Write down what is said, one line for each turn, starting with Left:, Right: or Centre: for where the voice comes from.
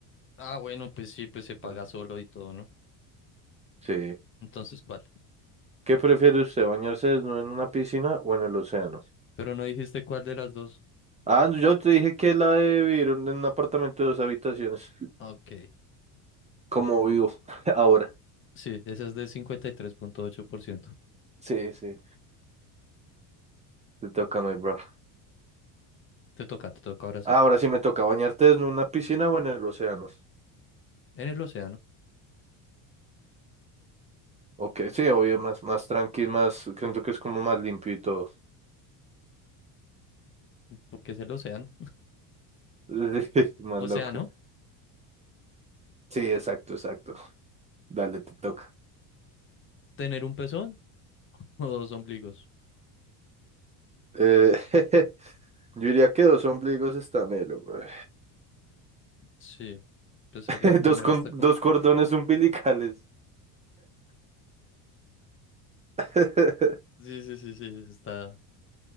Left: Ah, bueno, pues sí, pues se paga
Right: Ah,
Left: solo y todo, ¿no?
Right: Sí.
Left: Entonces, ¿cuál?
Right: ¿Qué prefiere usted, bañarse desnudo en una piscina o en el océano?
Left: Pero no dijiste cuál de las dos.
Right: Ah, no, yo te dije que la de vivir en en un apartamento de dos habitaciones.
Left: Ah, Ok,
Right: Como vivo <laughs> ahora.
Left: sí, esa es de cincuenta y tres punto ocho por ciento
Right: Sí, sí, te toca, mi bro.
Left: Te toca, te toca ahora sí.
Right: Ahora sí me toca bañarte en una piscina o en el océano.
Left: En el océano,
Right: Ok, sí, obvio, más, más tranqui, más, creo que es como más limpio y todo.
Left: porque es el océano.
Right: <laughs> Más
Left: O
Right: loco.
Left: sea, ¿no?
Right: Sí, exacto, exacto. Dale, te toca.
Left: ¿Tener un pezón <laughs> o dos ombligos?
Right: Eh, <laughs> yo diría que dos ombligos está melo, güey.
Left: Sí, pues
Right: <laughs>
Left: eh, la primera
Right: Dos, con,
Left: está con...
Right: dos cordones umbilicales. <laughs>
Left: Sí, sí, sí, sí, está,